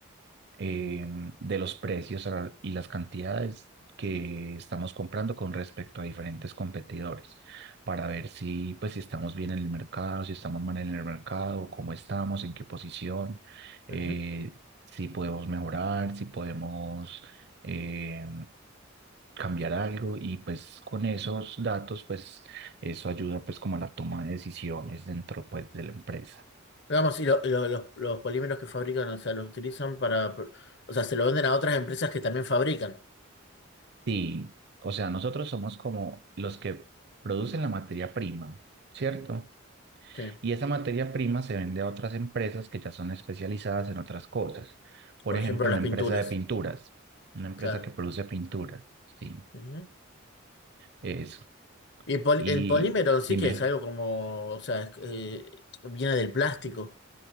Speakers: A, on the right; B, on the left.
A: eh, de los precios a- y las cantidades que estamos comprando con respecto a diferentes competidores, para ver si, pues, si estamos bien en el mercado, si estamos mal en el mercado, cómo estamos, en qué posición, eh,
B: Ujú.
A: si podemos mejorar, si podemos eh, cambiar algo y pues con esos datos, pues eso ayuda pues como a la toma de decisiones dentro pues de la empresa.
B: Digamos, y, lo- y lo- los, los polímeros que fabrican, o sea, los utilizan para, o sea, se lo venden a otras empresas que también fabrican.
A: Sí, o sea, nosotros somos como los que producen la materia prima, ¿cierto?
B: Sí,
A: Y esa materia prima se vende a otras empresas que ya son especializadas en otras cosas. Por
B: por
A: ejemplo,
B: ejemplo, las
A: una empresa
B: pinturas,
A: de pinturas, una empresa
B: claro.
A: que produce pinturas, sí,
B: Ujú.
A: eso.
B: Y el, pol-
A: Y
B: el polímero sí
A: dime,
B: que es algo como, o sea, es- eh, viene del plástico.